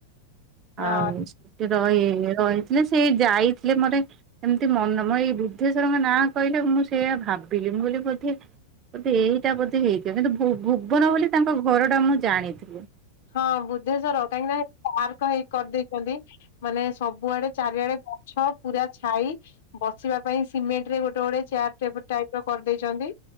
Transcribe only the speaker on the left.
ହଁ
ହଁ ବୁଦ୍ଧେଶ୍ଵର କାହିଁକିନା ପାର୍କ ହେଇ କରିଦେଇଛନ୍ତି ମାନେ ସବୁଆଡେ ଚାରିଆଡେ ଗଛ ପୁରା ଛାଇ ବସିବା ପାଇଁ ସି ସିମେଣ୍ଟରେ ଗୋଟେ ଗୋଟେ ଚେୟାର ଟେବୁଲ ଟାଇପର କରିଦେଇଚନ୍ତି।